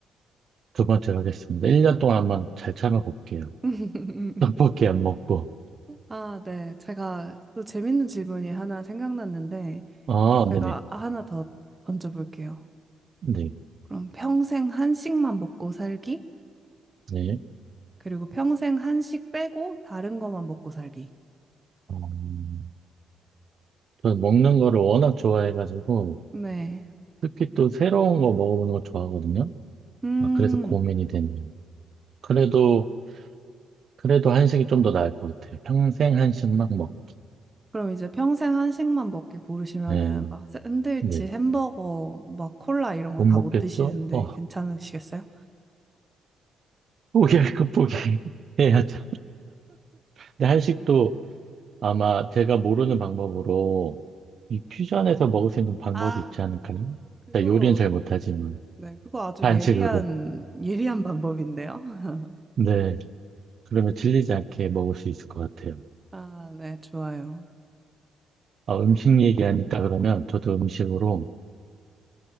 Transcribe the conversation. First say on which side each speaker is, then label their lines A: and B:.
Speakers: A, on the right; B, on the right.
A: 두 번째로 하겠습니다. 1년 동안 한번 잘 참아볼게요.
B: <laughs>
A: <laughs> 떡볶이 안 먹고.
B: 아, 네. 제가 또 재밌는 질문이 하나 생각났는데,
A: 아,
B: 제가
A: 네 네.
B: 하나 더 던져볼게요.
A: 네,
B: 그럼 평생 한식만 먹고 살기?
A: 네.
B: 그리고 평생 한식 빼고 다른 것만 먹고 살기.
A: 음, 저는 먹는 거를 워낙 좋아해가지고,
B: 네.
A: 특히 또 새로운 거 먹어보는 거 좋아하거든요.
B: 음.
A: 아, 그래서 고민이 되네요. 그래도, 그래도 한식이 좀 더 나을 것 같아요. 평생 한식만 먹.
B: 그럼 이제 평생 한식만 먹기 고르시면은
A: 네,
B: 막 샌드위치,
A: 네.
B: 햄버거, 막 콜라 이런 거
A: 못
B: 다
A: 먹겠죠?
B: 못 드시는데
A: 어,
B: 괜찮으시겠어요?
A: <laughs> 포기할 거 포기해야죠. 근데 한식도 아마 제가 모르는 방법으로 이 퓨전에서 먹을 수 있는 방법이
B: 아,
A: 있지 않을까요?
B: 어, 그거,
A: 자, 요리는 잘 못하지만
B: 네, 그거 아주
A: 반칙으로.
B: 예리한, 예리한 방법인데요. <laughs>
A: 네. 그러면 질리지 않게 먹을 수 있을 것 같아요.
B: 아, 네, 좋아요.
A: 아, 음식 얘기하니까 그러면 저도 음식으로